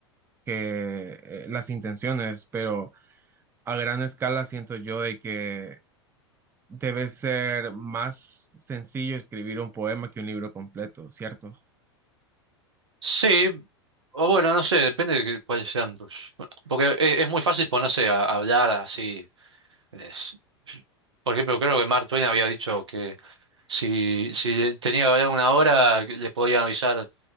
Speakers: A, on the right; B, on the right.
A: que eh, las intenciones, pero a gran escala siento yo de que debe ser más sencillo escribir un poema que un libro completo, ¿cierto?
B: Sí, o bueno, no sé, depende de que- cuáles sean tus... Porque es, es muy fácil ponerse a hablar así. es- por ejemplo, creo que Mark Twain había dicho que si, si tenía que hablar una hora, que le podían avisar.